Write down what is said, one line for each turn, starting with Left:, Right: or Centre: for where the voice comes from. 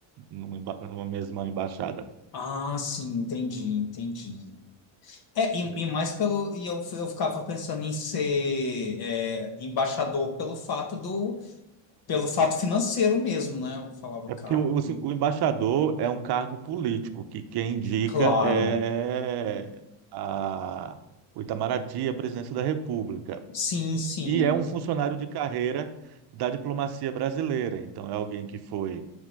Right: numa, emba- numa mesma embaixada.
Left: Ah, sim, entendi, entendi. É,
Right: Entendeu?
Left: e, e mais pelo. E eu, eu ficava pensando em ser é, embaixador pelo fato do. Pelo fato financeiro mesmo, né? Eu falava,
Right: É
Left: cara,
Right: porque o,
Left: que.
Right: assim, o embaixador é um cargo político, que quem indica
Left: Claro.
Right: é a, o Itamaraty, a presidência da República.
Left: Sim, sim.
Right: E é um funcionário de carreira da diplomacia brasileira. Então, é alguém que foi